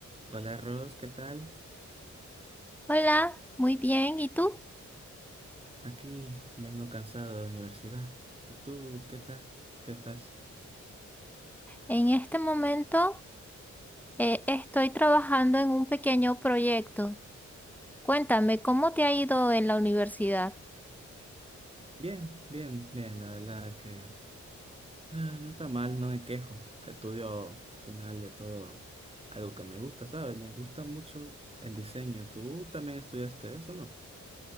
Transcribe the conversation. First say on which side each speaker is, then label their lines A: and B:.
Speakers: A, on the right (about 20°); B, in the centre.
A: Hola Ros, ¿qué tal?
B: Hola, muy bien. ¿Y tú?
A: Aquí vengo cansado de la universidad. ¿Y tú qué tal? ¿Qué estás?
B: En este momento eh, estoy trabajando en un pequeño proyecto. Cuéntame, ¿cómo te ha ido en la universidad?
A: Bien, bien, bien. La verdad es que ah, no está mal, no me quejo. Estudio al final de todo algo que me gusta, ¿sabes? Me gusta mucho el diseño. ¿Tú también estudiaste eso, no?